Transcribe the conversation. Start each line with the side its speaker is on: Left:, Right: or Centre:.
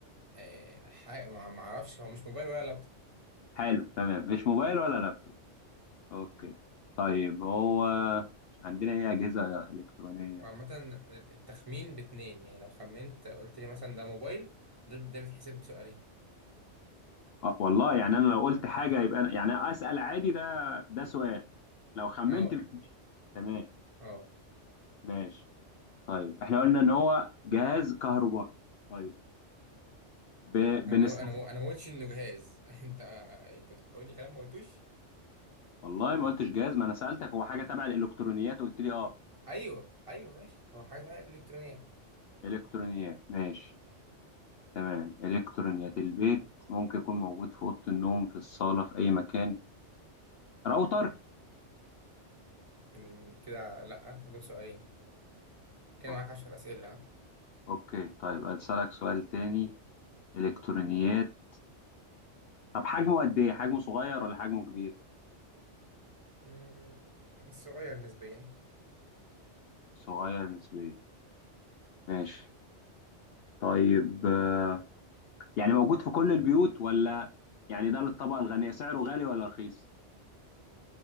Right: آه، حاجة ما ما أعرفش هو مش موبايل ولا لابتوب
Left: حلو تمام مش موبايل ولا لابتوب أوكي طيب هو عندنا إيه أجهزة إلكترونية
Right: وعامة التخمين باتنين يعني لو خمنت قلت لي مثلا ده موبايل ده ده بيتحسب بسؤالين
Left: أه والله يعني أنا لو قلت حاجة يبقى أنا يعني أسأل عادي ده ده سؤال لو خمنت
Right: أه
Left: الاتنين تمام
Right: أه
Left: ماشي طيب إحنا قلنا إن هو جهاز كهربائي طيب ب... بنستخدمه
Right: أنا ما أنا ما أنا ما قلتش إنه جهاز <laughs> أنت أنت بتقول لي كلام ما قلتوش
Left: والله ما قلتش جهاز ما انا سألتك هو حاجة تبع الالكترونيات قلت لي اه
Right: أيوه أيوه ماشي هو حاجة إلكترونيات
Left: الكترونيات ماشي تمام الكترونيات البيت ممكن يكون موجود في اوضة النوم في الصالة في اي مكان راوتر
Right: مم، كده لأ وده بسؤالين كده
Left: اوكي
Right: معاك عشر أسئلة ها
Left: اوكي طيب اسألك سؤال تاني الكترونيات طب حجمه قد ايه حجمه صغير ولا حجمه كبير
Right: مم، صغير نسبيا
Left: صغير نسبيا ماشي طيب آه، يعني موجود في كل البيوت ولا يعني ده للطبقة الغنية سعره غالي ولا رخيص